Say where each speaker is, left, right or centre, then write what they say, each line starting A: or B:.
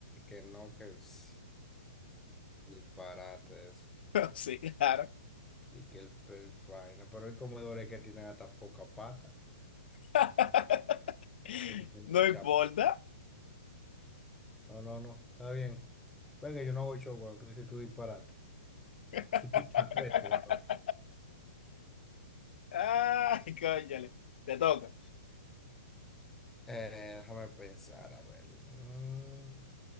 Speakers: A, in the centre; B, on the left.
A: que no, que es disparate eso.
B: <laughs> Sí, claro.
A: Y que el, el vaina. Pero hay comedores que tienen hasta poca pata.
B: <laughs>
A: Que tienen
B: No
A: mucha.
B: importa.
A: No, no, no. Está bien. Venga, yo no hago show cuando tú dices tú disparate. Su
B: <laughs>
A: tipo de reto, ¿verdad?
B: Ay, cónchale. Te toca.
A: Eh, déjame pensar, a ver. Mm,